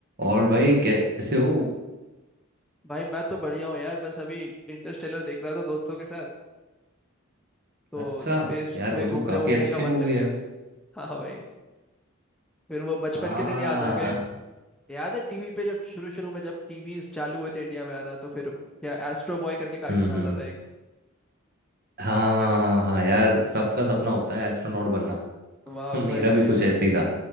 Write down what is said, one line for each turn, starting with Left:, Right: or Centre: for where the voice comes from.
Right: और भाई कैसे हो
Centre: भाई मैं तो बढ़िया हूँ यार बस अभी इंटरस्टेलर देख रहा था दोस्तों के साथ तो
Right: अच्छा
Centre: स्पेस
Right: यार
Centre: में
Right: वो
Centre: घूमने
Right: तो काफी
Centre: वूमने
Right: अच्छी
Centre: का मन
Right: मूवी
Centre: कर गया
Right: है
Centre: <laughs> हाँ भाई फिर वो बचपन
Right: आ हाँ
Centre: के दिन याद आ गए याद है टीवी पे जब शुरू शुरू में जब टीवीज चालू हुए थे इंडिया में आना तो फिर या एस्ट्रो बॉय करके कार्टून
Right: हम्म हम्म
Centre: आता था एक
Right: हाँ हाँ हाँ यार सबका सपना होता है एस्ट्रोनॉट बनना <laughs>
Centre: वाह
Right: हाँ, मेरा
Centre: भाई
Right: भी
Centre: भाई
Right: कुछ ऐसे ही था